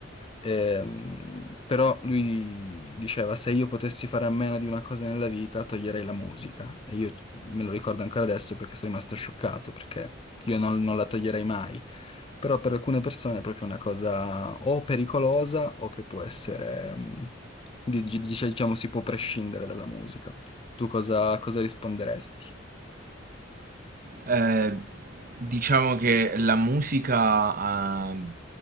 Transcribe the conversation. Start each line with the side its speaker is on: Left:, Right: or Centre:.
Left: Ehm, però lui diceva: Se io potessi fare a meno di una cosa nella vita, toglierei la musica. E io me lo ricordo ancora adesso perché sono rimasto scioccato, perché io non, non la toglierei mai. Però per alcune persone è proprio una cosa o pericolosa o che può essere, mm, di- di- dice- diciamo, si può prescindere dalla musica. Tu cosa, cosa risponderesti?
Right: Eh, diciamo che la musica, eh,